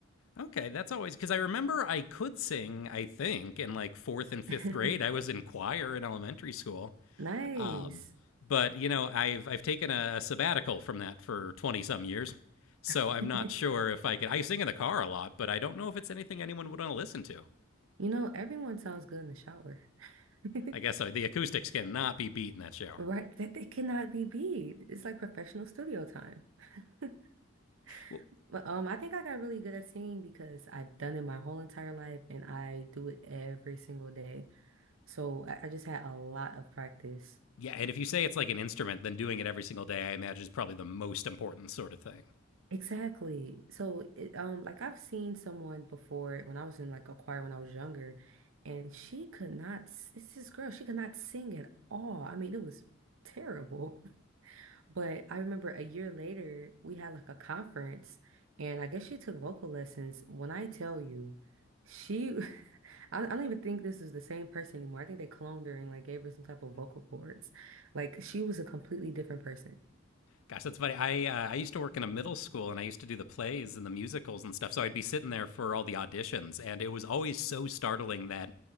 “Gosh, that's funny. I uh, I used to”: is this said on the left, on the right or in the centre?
Left